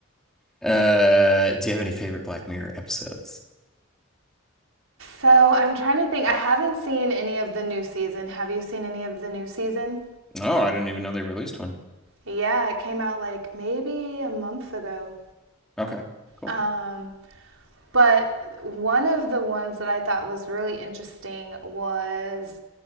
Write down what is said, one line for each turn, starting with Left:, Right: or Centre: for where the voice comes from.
Centre: Uh, do you have any favorite Black Mirror episodes?
Right: so I'm trying to think. I haven't seen any of the new season. Have you seen any of the new season?
Centre: Oh, I didn't even know they released one.
Right: Yeah, it came out like maybe a month ago.
Centre: Okay, cool.
Right: Um, but one of the ones that I thought was really interesting was